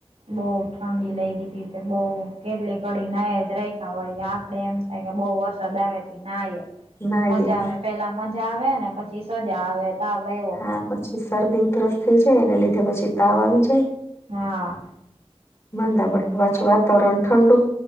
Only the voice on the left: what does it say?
નાઈએ
હા
આ પછી શરદી ઉધરસ થઈ જાય એને લીધે પછી તાવ આવી જાય
માંંદા
<unintelligible> પાછું વાતાવરણ ઠંડુ